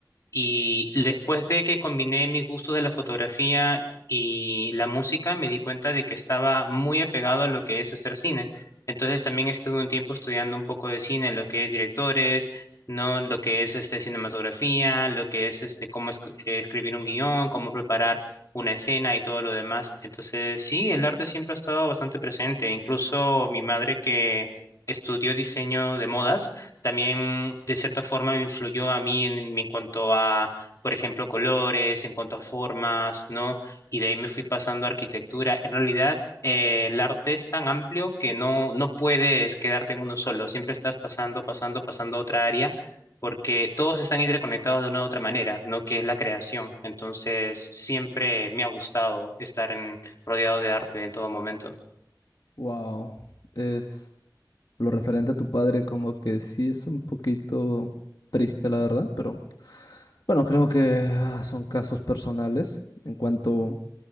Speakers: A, on the left (about 45°); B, on the left (about 70°).
A: Y después de que combiné mis gustos de la fotografía y la música, me di cuenta de que estaba muy apegado a lo que es hacer cine. Entonces también estuve un tiempo estudiando un poco de cine, lo que es directores, no lo que es este cinematografía, lo que es este cómo es- eh, escribir un guión, cómo preparar una escena y todo lo demás. Entonces, sí, el arte siempre ha estado bastante presente. Incluso mi madre que estudió diseño de modas también de cierta forma me influyó a mí en, en cuanto a, por ejemplo, colores, en cuanto a formas, ¿no? Y de ahí me fui pasando a arquitectura. En realidad, eh, el arte es tan amplio que no, no puedes quedarte en uno solo, siempre estás pasando, pasando, pasando a otra área. porque todos están interconectados de una u otra manera, ¿no? Que es la creación. Entonces, siempre me ha gustado estar en, rodeado de arte en todo momento.
B: Wow, es... Lo referente a tu padre, como que sí es un poquito triste, la verdad, pero bueno, creo que ah, son casos personales. En cuanto